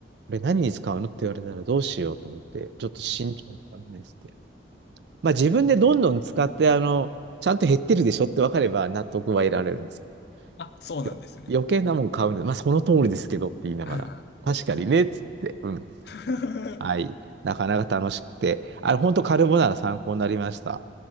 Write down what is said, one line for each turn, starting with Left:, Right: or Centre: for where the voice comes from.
Right: これ何に使うのって言われたらどうしようと思って、ちょっと慎重に考えてて。まあ自分でどんどん使って、あの、ちゃんと減ってるでしょって分かれば納得は得られるんです
Left: あ、そうなんですね。
Right: けど、よ余計なもん買うの、まあその通りですけどって言いながら、
Left: ああ、
Right: 確かにねっつって、
Left: そうですね。
Right: うん。
Left: <laughs>
Right: はい。なかなか楽しくて、あの、本当カルボナーラ参考になりました。